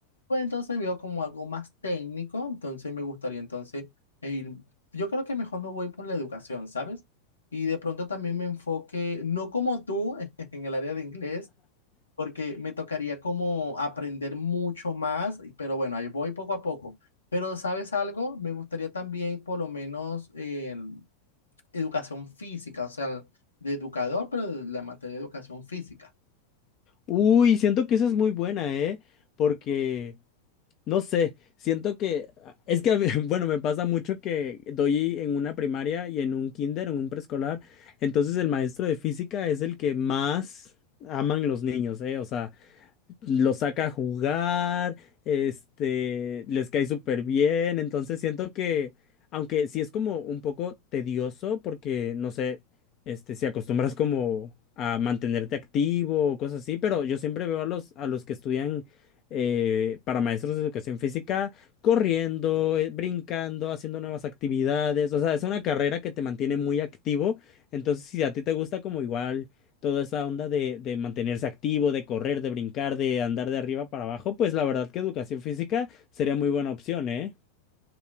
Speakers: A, on the left (about 75°); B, on the left (about 35°).
A: Pues entonces veo como algo más técnico, entonces me gustaría entonces eh, ir, yo creo que mejor me voy por la educación, ¿sabes? Y de pronto también me enfoque, no como tú, <laughs> en el área de inglés, porque me tocaría como aprender mucho más, y- pero bueno, ahí voy poco a poco. Pero ¿sabes algo? Me gustaría también por lo menos eh, educación física, o sea, de educador, pero de la materia de educación física.
B: Uy, siento que esa es muy buena, ¿eh? Porque... No sé, siento que ah, es que, a ve- <laughs> bueno, me pasa mucho que doy en una primaria y en un kinder, en un preescolar, entonces el maestro de física es el que más aman los niños, ¿eh? O sea, los saca a jugar, este, les cae súper bien, entonces siento que, aunque sí es como un poco tedioso, porque no sé, este, si acostumbras como a mantenerte activo o cosas así, pero yo siempre veo a los, a los que estudian eh, para maestros de educación física corriendo, eh, brincando, haciendo nuevas actividades, o sea, es una carrera que te mantiene muy activo, entonces si a ti te gusta como igual toda esa onda de, de mantenerse activo, de correr, de brincar, de andar de arriba para abajo, pues la verdad que educación física sería muy buena opción, ¿eh?